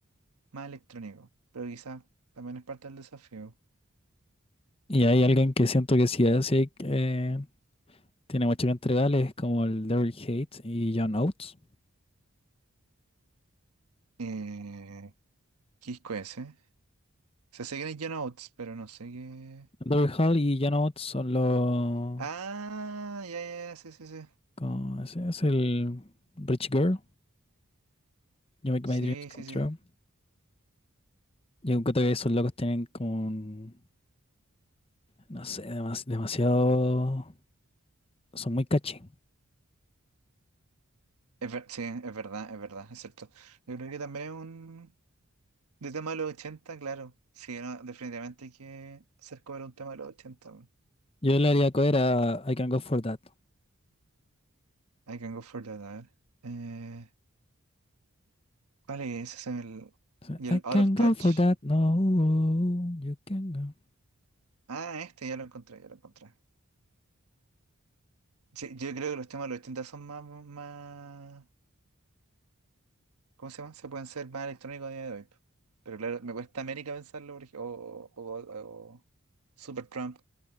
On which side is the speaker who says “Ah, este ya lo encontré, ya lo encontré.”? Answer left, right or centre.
Right